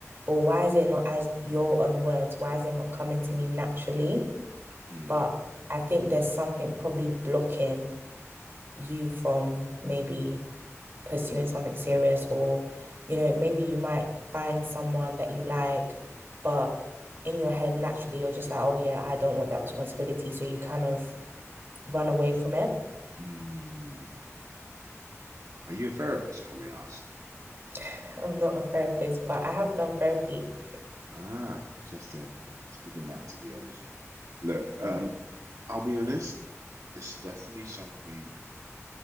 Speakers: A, on the right; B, on the right.
A: Or why is it not as your own words? Why is it not coming to me naturally?
B: mm,
A: But I think there's something probably blocking you from maybe pursuing something serious, or, you know, maybe you might find someone that you like, but in your head, naturally, you're just like, oh, yeah, I don't want that responsibility. So you kind of run away from it.
B: mm. Are you a therapist, if I may ask?
A: <laughs> I'm not a therapist, but I have done therapy.
B: Ah, interesting. Just giving that, to be honest. Look,
A: Yeah.
B: um, I'll be honest, it's definitely something